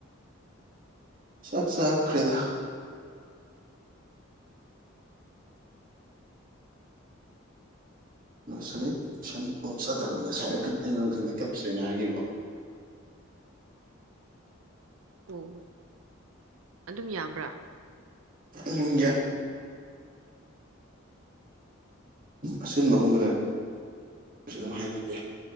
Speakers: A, on the right; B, on the right.
A: ꯆꯥꯛ ꯆꯥꯈ꯭ꯔꯦꯗ ꯅꯣꯏꯁꯤꯂ <unintelligible> ꯇꯁꯟ ꯆꯗꯕꯅꯤ ꯉꯁꯥꯏ ꯑ ꯅꯨꯡꯊꯤꯜꯗ ꯇꯧꯁꯦꯅ ꯍꯥꯏꯈꯤꯕ
B: ꯑꯣ ꯑꯗꯨꯝ ꯌꯥꯕ꯭ꯔꯥ
A: ꯎꯝ ꯌꯥꯏ ꯑꯁꯤꯟꯕꯒꯨꯝꯕ ꯂꯩꯔ ꯑꯗꯨꯝ ꯍꯥꯏꯅꯕ ꯌꯥꯏ